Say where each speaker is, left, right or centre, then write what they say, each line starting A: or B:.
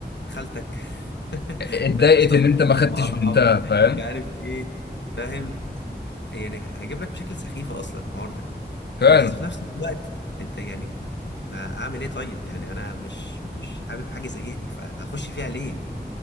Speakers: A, on the left (about 90°); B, on the left (about 70°).
A: خالتك <laughs>
B: اتضايقت
A: مثلاً
B: ان
A: م-
B: انت ما خدتش
A: مقاطعاك
B: بنتها فاهم
A: مش عارف إيه فاهم يعني هيجيب لك مشاكل سخيفة أصلا الحوار ده
B: فعلا
A: بس في نفس الوقت أنت يعني ما أعمل إيه طيب يعني أنا مش مش حابب حاجة زي دي فهخش فيها ليه